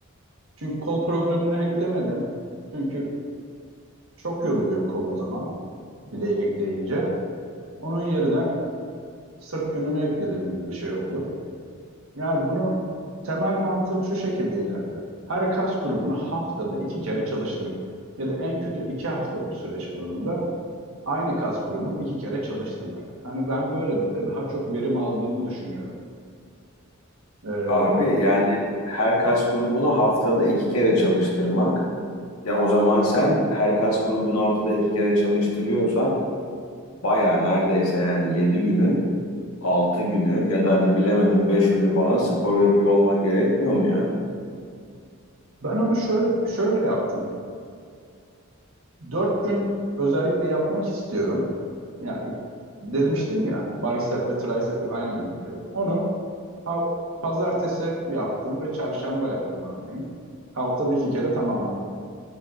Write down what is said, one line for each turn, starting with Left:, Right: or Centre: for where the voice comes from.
Right: Çünkü kol programına eklemedim. Çünkü çok yoruluyor kol o zaman bileği ekleyince. Onun yerine sırt gününü ekledim gibi bir şey oldu. Yani bunu temel mantığım şu şekilde ilerliyor. Her kas grubunu haftada iki kere çalıştırmak ya da en kötü iki haftalık süreç bazında aynı kas grubunu iki kere çalıştırmak. Hani ben böylelikle daha çok verim aldığımı düşünüyorum. Ee,
Left: Abi yani her kas grubunu haftada iki kere çalıştırmak. Ya o zaman sen her kas grubunu haftada iki kere çalıştırıyorsan baya neredeyse yani yedi günün altı günü ya da hadi bilemedim beş günü falan spor yapıyor olman gerekmiyor mu ya?
Right: ben onu şöyle şöyle yaptım. Dört gün özellikle yapmak istiyorum. Ya demiştim ya bicep ve tricep'i aynı gün yapıyorum. Onu ha- pazartesi yaptım ve çarşamba yaptım örneğin. Haftada iki kere tamamladım.